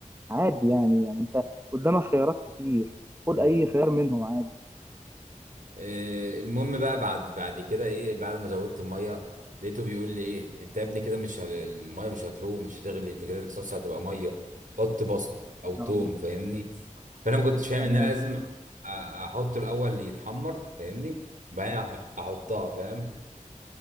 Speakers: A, on the right; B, on the right.
A: عادي يعني يعني انت قدامك خيارات كتير خد
B: امم
A: اي خيار منهم عادي
B: آه، المهم بقى بعد بعد كده ايه بعد ما زودت الميه لقيته بيقول لي ايه انت يا ابني كده مش هت... الميه مش هتروح مش هتغلي انت كده الصلصه هتبقى ميه حط بصل او توم
A: آه،
B: فاهمني فانا ما كنتش فاهم
A: تمام
B: ان انا لازم أ- احطه الاول يتحمر فاهمني بعدين أح- احطها فاهم